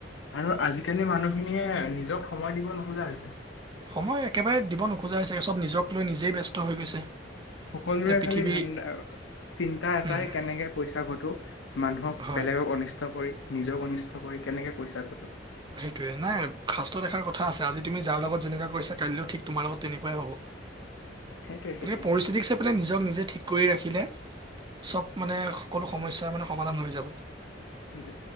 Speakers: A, on the left (about 80°); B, on the right (about 25°).
A: আৰু আজিকালি মানুহখিনিয়ে নিজক সময় দিব নোখোজা হৈছে।
B: সময় একেবাৰে দিব নোখোজা হৈছে সব নিজক লৈ নিজেই ব্যস্ত হৈ গৈছে।
A: সকলোৰে
B: যে পৃথিৱী
A: খালি ধানদা চিন্তা এটাই
B: উম।
A: কেনেকে পইচা ঘটো মানুহক
B: হয়
A: বেলেগক অনিষ্ট কৰি নিজক অনিষ্ট কৰি কেনেকে পইচা ঘটো।
B: সেইটোৱে নাই শাস্ত্ৰত এষাৰ কথা আছে আজি তুমি যাৰ লগত যেনেকুৱা কৰিছা কাইলৈও ঠিক তোমাৰ লগত তেনেকুৱাই হ'ব।
A: সেইটোৱে
B: গতিকে
A: সেইটোৱে
B: পৰিস্থিতিক চাই পেলাই নিজক নিজে ঠিক কৰি ৰাখিলে। চব মানে সকলো সমস্যাৰ মানে সমাধান হৈ যাব।
A: সেইটোৱে